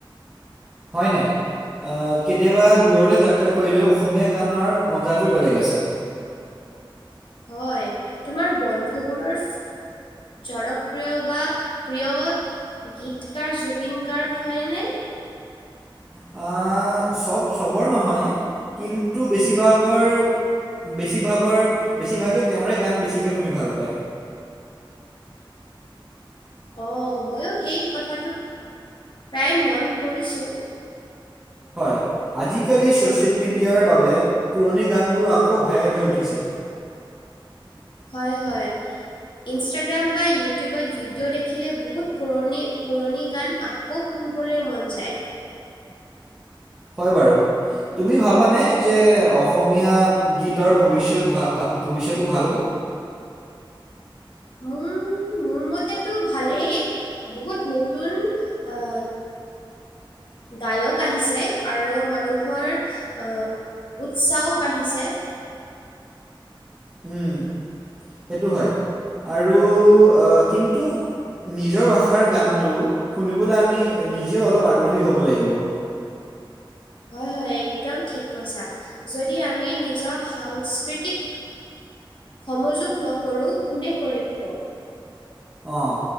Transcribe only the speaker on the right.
হয় নাই? আ, কেতিয়াবা দূৰলৈ যাত্ৰা কৰিলেও অসমীয়া গানৰ মজাটোয়ে বেলেগ আছে।
আ, চব চবৰ নহয় কিন্তু বেছিভাগৰ বেছিভাগৰ বেছিভাগে তেওঁৰে গান বেছিকে শুনি ভাল পায়।
হয়, আজিকালি ছ'চিয়েল মিডিয়াৰ বাবে পুৰণি গানবোৰো আকৌ ভাইৰেল হৈ উঠিছে।
হয় বাৰু। তুমি ভাবানে যে অসমীয়া গীতৰ ভৱিষ্যত ভা-ভা ভৱিষ্যতটো ভাল <inaudible>
উম, সেইটো হয় আৰু কিন্তু নিজৰ ভাষাৰ গানটো শুনিবলৈ আমি নিজেও অলপ আগ্ৰহী হ'ব লাগিব।
অঁ